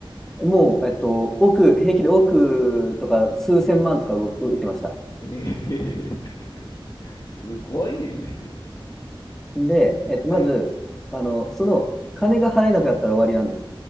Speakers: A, in the centre; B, on the left (about 50°).
A: もう、えっと、億、平気で億とか数千万とか動いてました。
B: ええ <laughs> すごいですね。
A: で、えっと、
B: はい。
A: まず、あの、その、金が払えなくなったら終わりなんです。